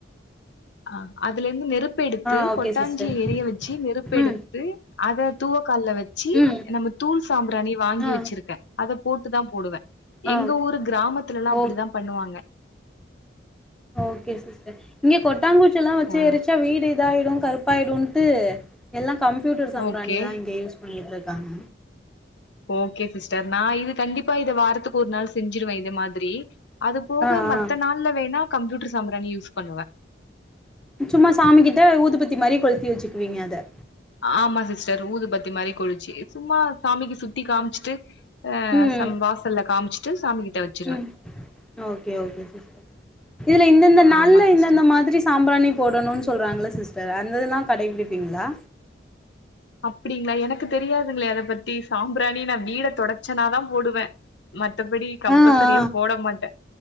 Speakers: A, on the left; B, in the centre.
A: ஆ அதுல இருந்து நெருப்பெடுத்து
B: ஆ ஓகே
A: கொட்டாஞ்சிய
B: சிஸ்டர்
A: எரிய வெச்சு நெருப்பெடுத்து
B: ம்
A: அத தூவக்கால்ல வெச்சு
B: ம்
A: நம்ம தூள் சாம்பிராணி வாங்கி
B: ஆ
A: வெச்சிருக்க அது போட்டுதா போடுவ
B: ஆ
A: எங்க ஊரு கிராமத்துல எல்லா
B: ஓ
A: அப்டித்தா பண்ணுவாங்க
B: ஓகே சிஸ்டர் இங்க கொட்டாங்குச்சி எல்லாம் வச்சு
A: ஆ
B: எரிச்சா வீடு இத ஆயிடு கருப் பாயிடுன்டு எல்லா கம்ப்யூட்டர் சாம்பிராணிதா
A: ஓகே
B: இங்க யூஸ் பண்ணிட்டு இருக்காங்க
A: ஓகே சிஸ்டர் நான் இது கண்டிப்பா இத வாரத்துக்கு ஒரு நாள் செஞ்சிருவே இந்த மாதிரி அதுபோக
B: ஆ
A: மத்த
B: ஆ
A: நாள்ல வேணா கம்ப்யூட்டர் சாம்பிரணி யூஸ் பண்ணுவே
B: சும்மா சாமிகிட்ட ஊதுபத்தி மாரி கொழுத்தி வச்சுக்குவீங்க அத
A: ஆமா சிஸ்டர் ஊதுபத்தி மாரி கொளுச்சு சும்மா சாமிக்கு சுத்தி காமிச்சிட்டு ஆ
B: ம்
A: சம் வாசல்ல காமிச்சிட்டு சாமி கிட்ட வச்சிருவே
B: ம் ஓகே ஓகே சிஸ்டர் இதுல இந்தந்த நாள்ல
A: ஆமா சிஸ்டர்
B: இந்தந்த மாதிரி சாம்பிராணி போடணுன்னு சொல்றாங்கல்ல சிஸ்டர் அந்த இதெல்லா கடைபிடிபீங்களா
A: அப்டிங்களா எனக்கு தெரியாதுங்களே அத பத்தி சாம்பிராணி நா வீட தொடச்சன்னாதா போடுவே மத்தபடி கம்பல்சரியா
B: ஆ ஆ
A: போட மாட்டே